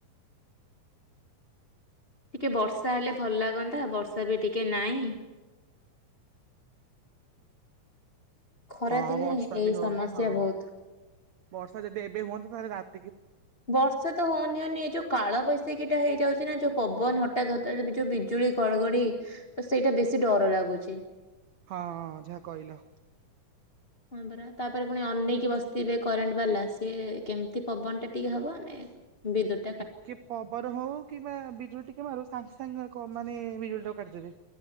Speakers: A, on the left; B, on the right.
A: ଟିକେ ବର୍ଷା ହେଲେ ଭଲ ଲାଗନ୍ତା ବର୍ଷା ବି ଟିକେ ନାଇଁ। ଖରା
B: ହଁ
A: ଦିନେ
B: ବର୍ଷା
A: ଏଇ
B: ବି ହଉନି
A: ସମସ୍ୟା
B: ହଁ।
A: ବହୁତ।
B: ବର୍ଷା ଯଦି ଏବେ ହୁନ୍ତା ତାହେଲେ ରାତ୍
A: ବର୍ଷା ତ ହଉନି ହଉନି ଏଇ ଯଉ କାଳ ବୈଶାଖୀ ଟା ହେଇଯାଉଛି ନା ଯୋଉ ପବନ ହଠାତ୍ ହଠାତ୍ ଯୋଉ ବିଜୁଳି ଘଡଘଡି ତ ସେଇଟା ବେଶୀ ଡର ଲାଗୁଛି।
B: ହଁ ହଁ ଯାହା କହିଲ।
A: ହଁ ପରା ତାପରେ ପୁଣି ଅନେଇକି ବସିଥିବେ କରେଣ୍ଟ ବାଲା ସିଏ କେମିତି ପବନଟା ଟିକେ ହେବ ଆମେ ବିଦ୍ୟୁତ୍
B: ଟିକେ ପବନ ହଉ କିମ୍ବା ବିଜୁଳି ଟିକେ ମାରୁ ସାଙ୍ଗେ ସାଙ୍ଗେ କ ମାନେ ବିଜୁଳି ଟା କାଟିିଦେବେ।